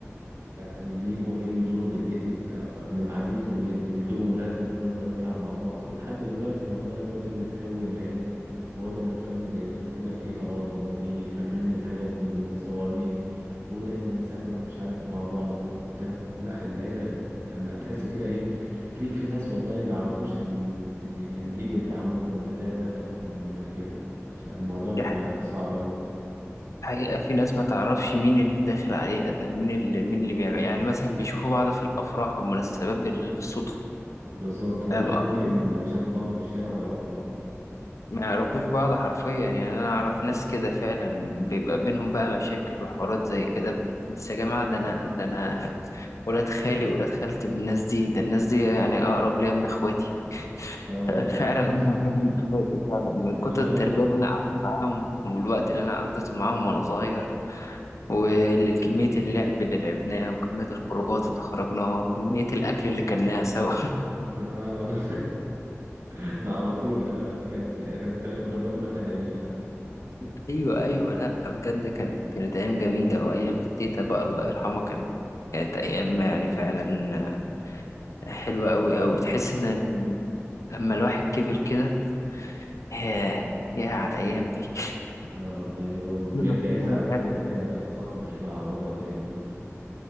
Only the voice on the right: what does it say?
يعني بيجوا ايه يزوروا جدتي وبتاع فبنبقى قاعدين كلنا ويجيبوا ولادهم ونفضل نلعب مع بعض ولحد دلوقتي والله هو ده اللي مكون العيلة وهو ده اللي مخلي زي ما تقول كده في قرابة وفي فاكرين الحاجات دي ومتصورين ودايما نسافر مش عارف مع بعض وبتاع لا العيلة لما تحس كده ايه في في ناس والله ما يعرفوش ان ان يعني دي بنت عمهم ولا ده ابن خالهم ولا كده فالموضوع بيبقى
صعب أوي
بالظبط والله
ممكن
لو شافوا بعض في الشارع ما يعرفوا بعض
اه
والله
<laughs>
اه
بالظبط
اه والله <laughs> ده على طول ده بقى بجد يعني بالتالي كنا بناكل واحنا نايمين حتى <laughs>
اه والله هو بيرجع
يزعل
كده
اللي هي صعب ان احنا نعوضها تاني والله